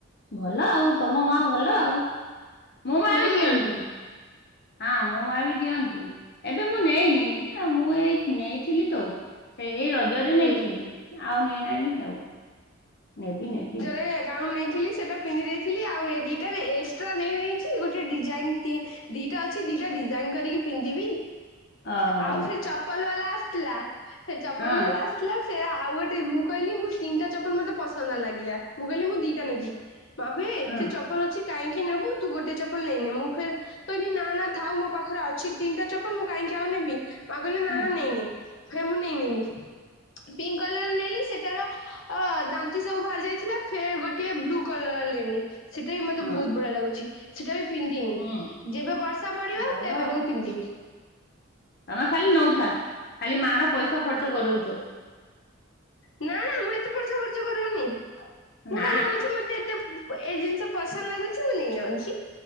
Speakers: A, on the left; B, on the left.
A: ଭଲ ଆଉ, ତମ ମା ଭଲ ଆଉ। ମୋ ମା
B: ହୁଁ
A: ବି ଦିଅନ୍ତି। ହଁ ମୋ ମା ବି ଦିଅନ୍ତି, ଏବେ ମୁଁ ନେଇନି ମୁଁ ଏଇ ନେଇଥିଲି ତ, ସେଇ ଏଇ ରଜରେ
B: ହୁଁ
A: ନେଇଥିଲି। ଆଉ ନେଇନାହିଁ ଆଉ ନେବି ନେବି,
B: ସେ ଗାଉନ ନେଇଥିଲି। ସେଟା ପିନ୍ଧି ଦେଇଥିଲି। ଆଉ ଏ ଦିଟା ଏକ୍ସଟ୍ରା ନେଇଯାଇଛି ଗୋଟେ ଡିଜାଇନ ତି ଦିଟା ଅଛି, ଦିଟା ଡିଜାଇନ କରିକି ପିନ୍ଧିବି।
A: ଓହୋ
B: ଆଉ ସେ ଚପଲ ବାଲା ଆସିଥିଲା। ସେ ଚପଲ
A: ହଁ
B: ବାଲା ଆସିଥିଲା ସେ ଆଉ ଗୋଟେ ମୁଁ କହିଲି ମୁଁ ତିନିଟା ଚପଲ ମତେ ପସନ୍ଦ ଲାଗିଲା, ମୁଁ କହିଲି ମୁଁ ଦିଟା ନେବି। ବା ହୁଇ ଏତେ
A: ହଁ
B: ଚପଲ ଅଛି କାହିଁକି ନେବୁ ତୁ ଗୋଟେ ଚପଲ ନେଇନେ, ମୁଁ କହିଲି କହିଲି ନା ଥାଉ ମୋ ପାଖରେ ଅଛି ତିନିଟା ଚପଲ ମୁଁ କହିଁକି ଆଉ ନେବି। ମା କହିଲେ
A: ହଁ ଅ।
B: ଏ ନେ, ଫେରେ ମୁଁ ନେଇନିନି। ପିଙ୍କ୍ କଲର ନେଲି ସେଟାର ଆ ଦାନ୍ତି ସବୁ ବାହାରି ଯାଇଥିଲା, ଫେରେ ଗୋଟେ ବ୍ଲୁ କଲର ଲେନି। ସେଟା ବି ମତେ
A: ହଁ
B: ବହୁତ ବଢିଆ ଲାଗୁଛି। ସେଟା ବି ପିନ୍ଧିନି,
A: ହୁଁ
B: ଯେବେ ବର୍ଷା ପଡିବ
A: ଭଲ
B: ତେବେ
A: ଆଉ
B: ମୁଁ ପିନ୍ଧିବି।
A: ତମେ ଖାଲି ନଉଥା, ଖାଲି ମା ର ପଇସା ଖର୍ଚ୍ଚ କରଉଛ।
B: ନାଁ ନାଁ ମୁଁ ଏତେ ପାଇସା ଖର୍ଚ କରଉନି। ମୁଁ
A: ନା
B: ଖାଲି କହୁଛି ତୁ ମତେ ଏତେ ଏ ଜିନିଷ ପସନ୍ଦ ଲାଗୁଛି, ମୁଁ ନେଇନଉଛି।